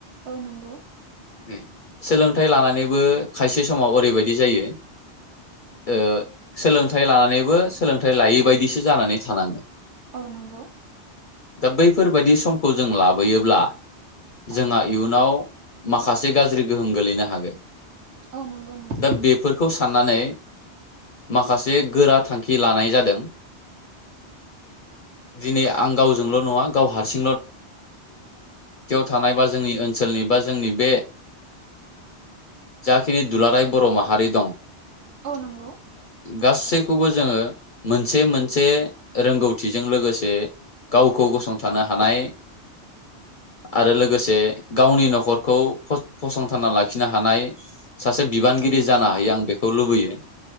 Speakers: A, on the right; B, on the left.
A: औ नंगौ
B: उम सोलोंथाइ लानानैबो खायसे समाव ओरैबायदि जायो ओ सोलोंथाइ लानानैबो सोलोंथाइ लायै बायदिसो जानानै थानाङो
A: औ नंगौ
B: दा बैफोरबादि सम खौ जों लाबोयोब्ला
A: औ
B: जोंहा इयुनाव माखासे गाज्रि गोहोम गोलैनो हागोन
A: औ नंगौ नोंथां
B: दा बेफोरखौ साननानै माखासे गोरा थांखि लानाय जादों दिनै आं गावजोंल' नङा गाव हारसि थानाय बा जोंनि ओनसोलनि बा जोंनि बे जाखिनि दुलाराय बर' माहारि दं
A: औ नंगौ
B: गासैखौबो जोङो मोनसे मोनसे रोंगौथिजों लोगोसे गावखौ गसंथानो हानाय आरो लोगोसे गावनि न'खरखौ फ फसंथानना लाखिनो हानाय सासे बिबानगिरि
A: औ नंगौ
B: जानो
A: नोंथां
B: हायो आं बेखौ लुबैयो